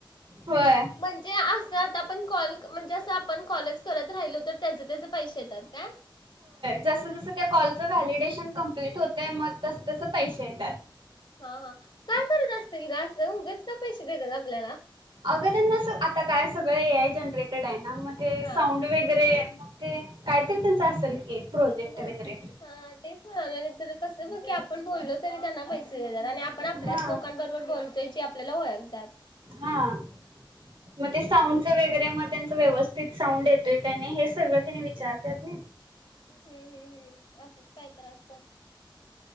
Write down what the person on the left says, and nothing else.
म्हणजे अस आपण कॉल म्हणजे असं आपण कॉलच करत राहिलो तर त्याचे त्याचे पैसे येतात का?
हा हा काय करत असतील ग अस? उगच का पैसे देतात आपल्याला.
हा
हो
हा तेच म्हणाले नंतर कस मग की आपण बोललो तरी त्यांना पैसे दि आपण
आपल्याच लोकांबरोबर बोलतोय जे आपल्याला ओळखतात.
तेच की
हम्म हम्म हम्म अस कायतर असतं